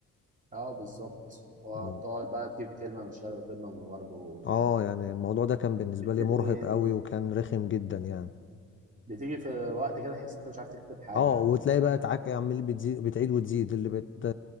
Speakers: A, on the right; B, on the left.
A: اه بالظبط وتقعد
B: مم.
A: بقى تجيب كلمة من الشرق وكلمة من الغرب و...
B: اه يعني الموضوع ده كان بالنسبه
A: وبتكتب
B: لي مرهق
A: ايه
B: قوي وكان رخم جدا يعني
A: بتيجي في وقت كده تحس انت مش عارف تكتب حاجة
B: اه وتلاقي بقى تعاك عمال بتزيد بتعيد وتزيد اللي بت